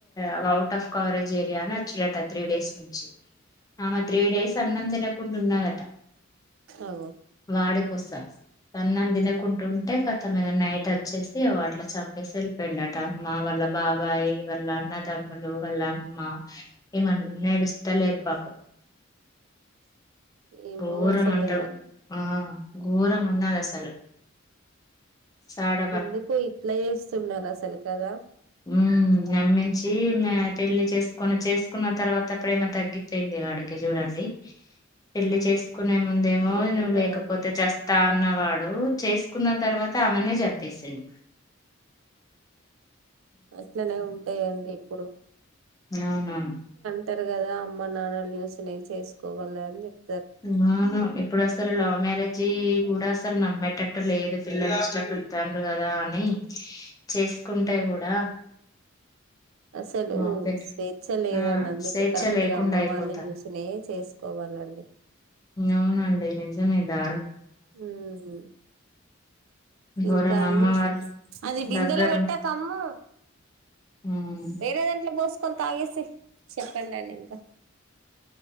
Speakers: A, on the left; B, on the right.
A: అవౌటాఫ్ కవ్రేజేర్యా అనొచ్చినట త్రీడేస్ నుంచి ఆమె త్రీడేస్ అన్నం దినకుండున్నదట.
B: అవు
A: వాడి కొస్స అన్నం దినకుంటుంటె కతమిగ నైట చ్చేసి వట్ల చంపేసెల్పొయ్ండట అమ్మ వాళ్ళ బాబాయ్ వాళ్ళ అన్నాతమ్ములు వాళ్ళమ్ మ్మ ఎమన్నేడుస్తలేర్ పాపం.
B: ఏమో
A: ఘోరమంటవు
B: అసలు
A: ఆ. ఘోరమున్నాదసలు చాడ
B: ఎందుకో ఇట్ల జేస్తున్నారసలు కదా.
A: ఊమ్. నమ్మించీ మ్యా పెళ్లి చేస్కొని చేస్కున్న తర్వాత ప్రేమ తగ్గిపెయ్ంది వాడికి జూడండి. పెళ్లి చేస్ కునే ముందేమో
B: అట్లనే
A: నువ్
B: ఉంటదండి
A: లేకపోతే చస్తా అన్నవాడు చేస్కున్న తర్వాత ఆమెనే జం పేసిండు.
B: అట్లనే ఉంటదండి ఇప్పుడు.
A: ఔనాన్
B: అంటర్ గదా అమ్మ నాన్నల్ జూస్ నేన్ చేస్కోగల్నని జెప్
A: <unintelligible> ఇప్ ప్పుడసలు లవ్ మ్యారేజీ గూడా అసల్ నమ్మేటట్టు లేదు పిల్లలిష్టప తండ్రు గదా అని చేసుకుంటే కూడా
B: అసలు
A: ఆపే
B: స్వేచ్ఛ లేదండి
A: ఆ
B: అందుకే
A: స్వేచ్ఛ
B: కరెక్ట్
A: లేకుండా
B: గా అమ్మ
A: అయిపోతా
B: వాళ్ళు చూసినాయే చేసుకోవాలండి
A: అవునండి నిజమేదా
B: ఊమ్
A: ఘోరం
B: ఇంకా అండి
A: అమ్మ వాళ్ళు
B: అది బిందెల
A: దగ్గరుండి
B: పెట్టకమ్మూ
A: ఉమ్.
B: వేరేదాంట్లొ బోస్కొకోన్ తాగేసెయ్. చెప్పండి అండి ఇంకా